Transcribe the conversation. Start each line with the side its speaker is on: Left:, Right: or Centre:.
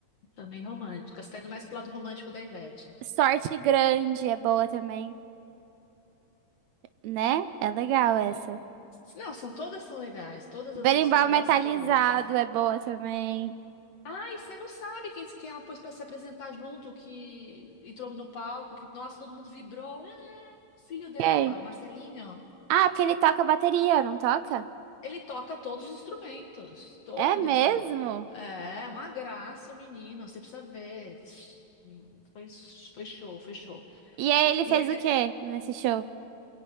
Left: também romântica. Você tá indo mais pro lado romântico da Ivete.
Right: Sorte grande é boa também, né? É legal essa.
Left: E- Não, são todas são legais, todas
Right: Berimbau
Left: as músicas delas
Right: metalizado
Left: são boas.
Right: é boa também.
Left: Ai, você não sabe quem que ela pôs pra se apresentar junto, que entrou no palco, que nossa, todo mundo vibrou. Ah, o filho dela,
Right: Quem?
Left: o Marcelinho.
Right: Ah, porque ele toca bateria, não toca?
Left: Ele toca todos os instrumentos, todos
Right: É mesmo?
Left: eles trocam. É, uma graça, o menino, você precisa ver. Hum, Foi, foi show, foi show.
Right: E aí ele
Left: E
Right: fez
Left: aí
Right: o
Left: de-
Right: quê nesse show?